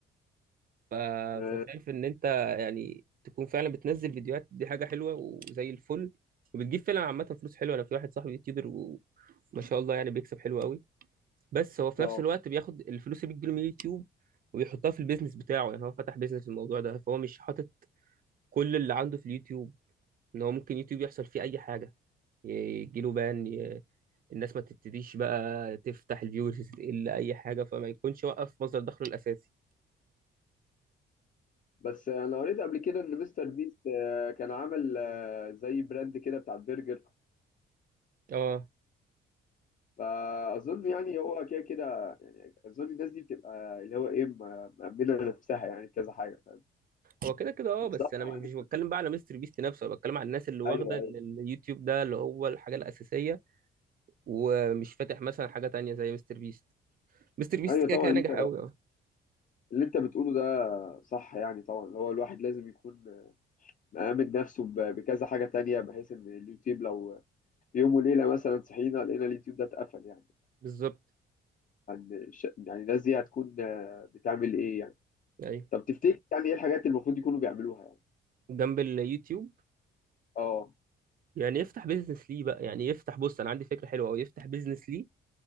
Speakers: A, on the right; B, on the left.
A: ف...
B: اه
A: فشايف ان انت يعني تكون فعلا بتنزل فيديوهات دي حاجه حلوه وزي الفل وبتجيب فعلا عامه فلوس حلوه انا في واحد صاحبي يوتيوبر وما شاء الله يعني بيكسب حلو قوي بس هو في
B: آه.
A: نفس الوقت بياخد الفلوس اللي بتجيله من اليوتيوب وبيحطها في البيزنس بتاعه يعني هو فتح بيزنس في الموضوع ده فهو مش حاطط كل اللي عنده في اليوتيوب ان هو ممكن يوتيوب يحصل فيه اي حاجه يجيله بان ي... الناس ما تبتديش بقى تفتح الفيورز تقل اي حاجه فما يكونش وقف مصدر دخله الاساسي
B: بس انا قريت قبل كده ان مستر بيست آه، كان عامل آه، زي براند كده بتاع البرجر
A: اه
B: فاظن يعني هو كده كده يعني اظن الناس دي بتبقى اللي هو ايه م- مأمنه نفسها يعني كذا حاجه
A: هو كده كده اه
B: بس
A: بس
B: طبعا
A: انا مش مش بتكلم بقى على مستر بيست نفسه انا بتكلم على الناس اللي واخده
B: ايوه
A: ال-
B: ايوه
A: اليوتيوب ده اللي هو الحاجه الاساسيه ومش فاتح مثلا حاجه تانية زي مستر بيست مستر بيست
B: ايوه
A: كده
B: طبعا
A: كده
B: اللي
A: ناجح
B: انت
A: قوي اه
B: اللي انت بتقوله ده صح يعني طبعا هو الواحد لازم يكون مأمن نفسه ب- بكذا حاجه تانية بحيث ان اليوتيوب لو في يوم وليله مثلا صحينا لقينا اليوتيوب ده اتقفل يعني
A: بالظبط
B: هن- ش- يعني الناس دي هتكون آه، بتعمل ايه يعني
A: ايوه
B: طب تفتكر يعني ايه الحاجات اللي المفروض يكونوا بيعملوها يعني
A: جنب اليوتيوب
B: اه
A: يعني يفتح بيزنس ليه بقى يعني يفتح بص انا عندي فكره حلوه قوي يفتح بيزنس ليه